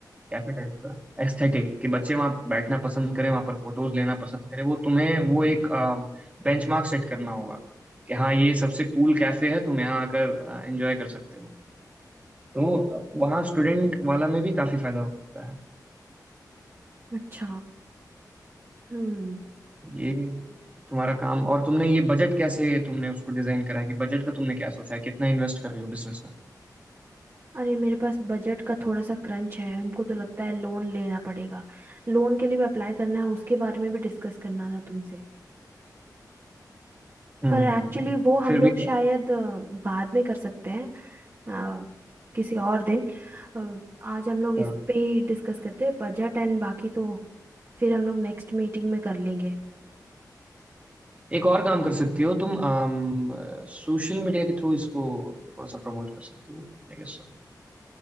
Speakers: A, on the right (about 20°); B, on the right (about 35°).
A: कैफे टाइप का एस्थेटिक कि बच्चे वहां बैठना पसंद करें वहां पर फोटोज लेना पसंद करें वो तुम्हें वो एक बेंचमार्क सेट करना होगा कि हाँ ये सबसे कूल कैफे है तुम यहाँ आकर एंजॉय कर सकते हो तो वहाँ स्टूडेंट वाला में भी काफी फायदा हो सकता है
B: अच्छा हम्म
A: ये तुम्हारा काम और तुमने ये बजट कैसे तुमने उसको डिजाइन करा है कि बजट का तुमने क्या सोचा है कितना इन्वेस्ट कर रही हो बिजनेस में
B: अरे मेरे पास बजट का थोड़ा सा क्रंच है हमको तो लगता है लोन लेना पड़ेगा लोन के लिए भी अप्लाई करना है उसके बारे में भी डिस्कस करना था तुमसे
A: हम्म
B: पर एक्चुअली वो हम
A: फिर
B: लोग
A: भी
B: शायद अ, बाद में कर सकते हैं अ, किसी और दिन अ, आज हम लोग इस
A: हम्म
B: पे ही डिस्कस करते हैं बजट एंड बाकी तो फिर हम लोग नेक्स्ट मीटिंग में कर लेंगे
A: एक और काम कर सकती हो तुम आम, सोशल मीडिया के थ्रू इसको थोड़ा सा प्रमोट कर सकती हो I guess so